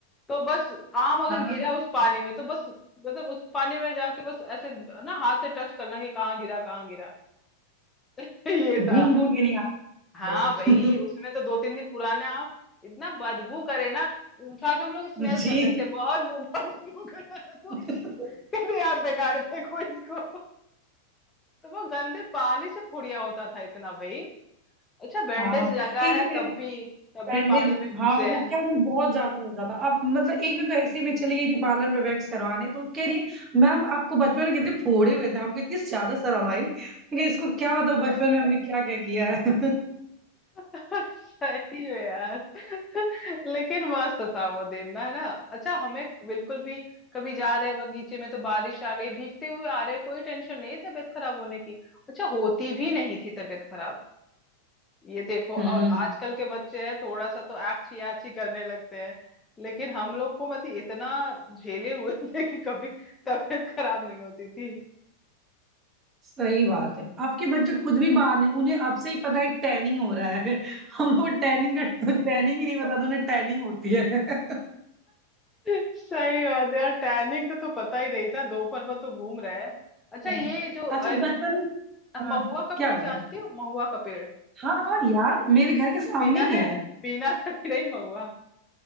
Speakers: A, on the left; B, on the right.
A: तो बस आम अगर
B: हाँ
A: गिरा उस पानी में तो बस मतलब उस पानी में जाके बस ऐसे ना हाथ से टच करना कि कहाँ गिरा कहाँ गिरा <laughs> ये
B: ढूंढ
A: था
B: ढूंढ के निकाल
A: हाँ
B: लो
A: भाई उसमें तो दो तीन दिन पुराने आम इतना बदबू करे ना उठा के हम लोग स्मेल
B: <laughs> जी
A: करते थे बहुत बदबू करता था तो
B: <laughs>
A: <laughs> कहते यार बेकार फेंको इसको तो वो गंदे पानी से फुड़िया होता था इतना भाई अच्छा बैंडेज
B: हाँ
A: लगा
B: एक
A: है
B: दिन
A: तब भी तब
B: बैंडेज
A: भी पानी में घुसे
B: हाँ वो
A: हैं
B: क्या ना बहुत ज्यादा हो जाता अब मतलब एक दिन तो ऐसे ही मैं चली गई थी पार्लर में वैक्स करवाने तो वो कह रही है मैम आपको बचपन में कितने फोड़े हुए थे हमको इतनी ज्यादा शर्म आई मैं कहा, इसको क्या बताऊं बचपन में हमने क्या क्या किया
A: <laughs>
B: है <laughs>
A: सही है यार <laughs> लेकिन मस्त था वो दिन ना है ना अच्छा हमें बिल्कुल भी कभी जा रहे हैं बगीचे में तो बारिश आ गई भीगते हुए आ रहे कोई टेंशन नहीं है तबीयत खराब होने की अच्छा होती भी नहीं थी तबीयत खराब ये देखो और
B: हम्म
A: आजकल के बच्चे हैं थोड़ा सा तो आछी आछी करने लगते हैं लेकिन हम लोग को मतलब इतना झेले हुए थे कि कभी तबीयत खराब नहीं होती थी
B: सही बात है आपके बच्चे खुद भी बाहर ने उन्हें अब से ही पता है टैनिंग हो रहा है <laughs> हम लोग टैनिंग का तो टैनिंग ही नहीं पता था उन्हें टैनिंग होती है <laughs>
A: सही बात है यार टैनिंग का तो पता ही नहीं था दोपहर भर तो घूम रहे हैं अच्छा
B: हाँ।
A: ये जो अ,
B: अच्छा बचपन
A: महुआ
B: हाँ,
A: का
B: क्या
A: पेड़
B: हो
A: जानती
B: गया
A: हो महुआ का पेड़
B: हाँ हाँ यार मेरे घर के सामने
A: पीना
B: ही
A: है
B: है
A: पीना था कि नहीं महुआ